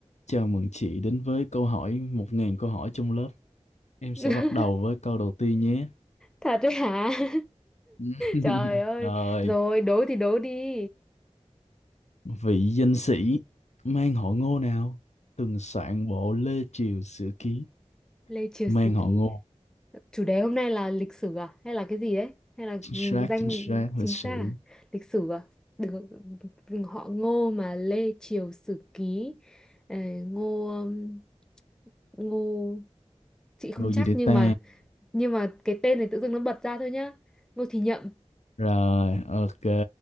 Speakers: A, on the left; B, in the centre.
A: Chào mừng chị đến với câu hỏi 1.000 câu hỏi trong lớp. Em sẽ
B: <laughs>
A: bắt đầu với câu đầu tiên nhé.
B: Thật đấy hả? <laughs>
A: <laughs>
B: Trời ơi.
A: Rồi,
B: Rồi, đố thì đố đi.
A: vị danh sĩ mang họ Ngô nào từng soạn bộ Lê Triều Sử Ký
B: <laughs> Lê Triều
A: mang
B: Sử
A: họ
B: Ký.
A: Ngô.
B: Chủ đề hôm nay là lịch sử à? Hay là cái gì đấy? Hay là
A: Chính
B: ừ,
A: xác,
B: danh
A: chính xác,
B: chính
A: lịch sử.
B: xác à? Lịch sử à? Được, ừ, họ Ngô mà Lê Triều Sử Ký. Ờ, Ngô um, Ngô chị không
A: Ngô
B: chắc
A: gì để
B: nhưng
A: ta?
B: mà nhưng mà cái tên này tự dưng nó bật ra thôi nhá. Ngô Thì Nhậm.
A: Rồi, ok.